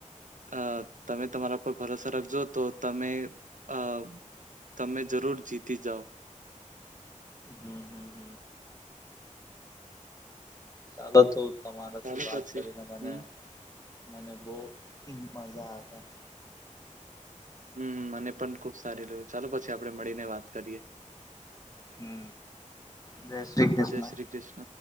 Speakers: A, on the right; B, on the left.
A: અ તમે તમારા પર ભરોસો રાખજો તો તમે અ. તમે જરૂર જીતી જાઓ,
B: હું, હું. ચાલો તો તમારાથી
A: ચાલો
B: વાત
A: પછી
B: કરીને મને,
A: હમ
B: મને બહુ મજા આવ્યા,
A: હું મને પણ ખુબ સારી રહ્યું ચાલો પછી આપડે મળીને વાત કરીયે,
B: હું જય શ્રી કૃષ્ણ,
A: જય શ્રી કૃષ્ણ